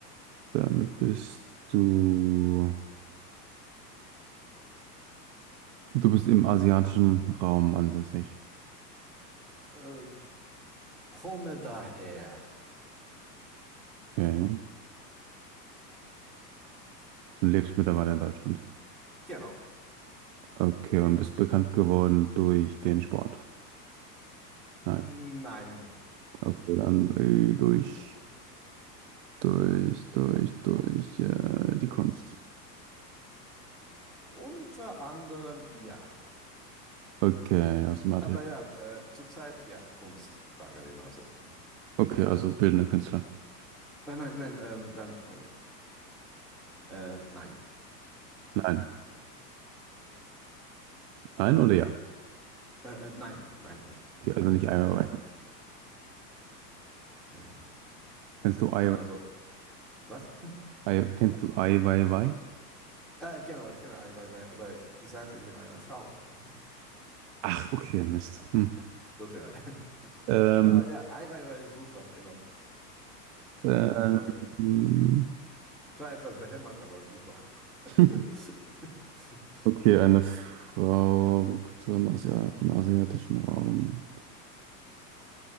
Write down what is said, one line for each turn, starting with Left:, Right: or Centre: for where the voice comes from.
Right: Dann bist du. Du bist im asiatischen Raum ansässig.
Centre: Äh, Komme daher.
Right: Okay. Und lebst mittlerweile in Deutschland.
Centre: Genau.
Right: Okay, und bist bekannt geworden durch den Sport. Nein.
Centre: Nein.
Right: Okay, dann äh, durch, durch, durch, durch äh, die Kunst.
Centre: Unter anderem ja.
Right: Okay, aus dem Atelier.
Centre: Aber ja, äh, zurzeit ja, Kunst, sagen wir mal so.
Right: Okay, also bildender Künstler.
Centre: Nein, nein, nein, ähm, dann, ähm, äh, nein.
Right: Nein. Nein oder ja?
Centre: Äh, äh, nein, nein, nein, nein.
Right: Okay, also nicht Ai Weiwei.
Centre: Äh,
Right: Kennst du Ai,
Centre: genau, also, was?
Right: Ai, kennst du Ai Weiwei?
Centre: Äh, genau, ich kenne Eiweiß, aber ich sagte, ich bin eine Frau. <laughs>
Right: Ach, okay, Mist. Hm.
Centre: Ja, tut mir leid.
Right: Ähm,
Centre: <laughs> Aber ja, Eiweiß ist super, genau.
Right: ähm,
Centre: Ich, ich mag ihn. Zwar etwas behämmert, aber super.
Right: <laughs>
Centre: <laughs>
Right: okay, eine Frau, Künstlerin aus ja- dem asiatischen Raum.